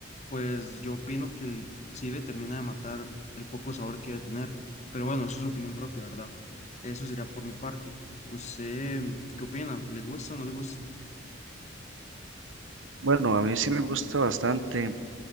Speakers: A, on the left (about 35°); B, on the right (about 80°).
A: pues yo opino que el- sí le termina de matar el poco sabor que debe tener. Pero bueno, eso es su opinión propia, ¿verdad? Eso sería por mi parte. ¿Usted mm, qué opina? ¿Le gusta o no le gusta?
B: Bueno, a mí sí me gusta bastante